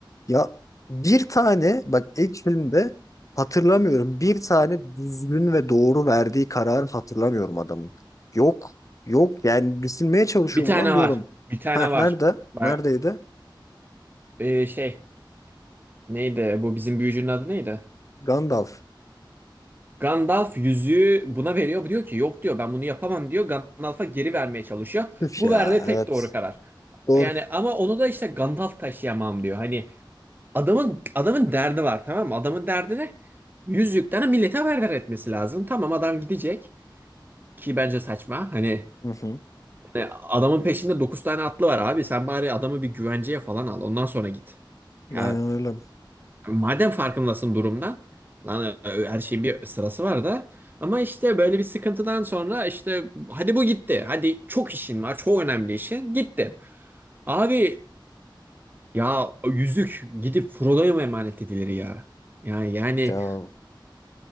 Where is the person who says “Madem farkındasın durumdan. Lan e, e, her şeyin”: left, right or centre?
Right